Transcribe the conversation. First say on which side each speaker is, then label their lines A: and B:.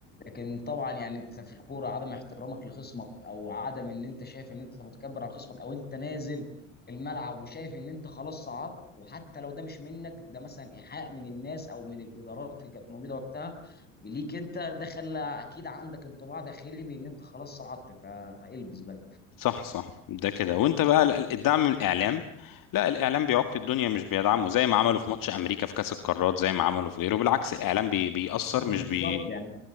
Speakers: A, on the left; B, on the left.
A: لكن طبعا يعني أنت في الكورة عدم احترامك لخصمك أو عدم إن أنت شايف إن أنت متكبر على خصمك أو أنت نازل الملعب وشايف إن أنت خلاص صعدت وحتى لو ده مش منك ده مثلا إيحاء من الناس أو من الإدارات اللي كانت موجودة وقتها ليك انت دخل اكيد عندك انطباع داخلي بان انت خلاص صعدت فالبس بقى
B: صح صح ده كده وانت بقى ال- ال- الدعم من الاعلام لا الاعلام بيعك الدنيا مش بيدعمه زي ما عملوا في ماتش امريكا في كاس القارات زي ما عملوا في غيره بالعكس الاعلام بي بيأثر
A: آه،
B: مش
A: بالظبط
B: بي
A: يعني